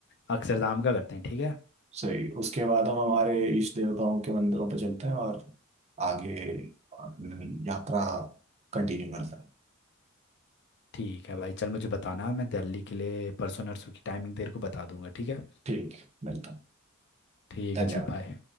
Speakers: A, on the left (about 50°); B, on the right (about 30°).
A: अक्षरधाम का करते हैं ठीक है
B: सही उसके बाद हम हमारे इष्ट देवताओं के मंदिरों पर चलते हैं और आगे अपनी यात्रा कंटिन्यू करते हैं
A: ठीक है भाई चल मुझे बताना मैं दिल्ली के लिए परसों नरसों की टाइमिंग तेरे को बता दूंगा ठीक है
B: ठीक मिलता है।
A: ठीक
B: धन्यवाद
A: है चल भाई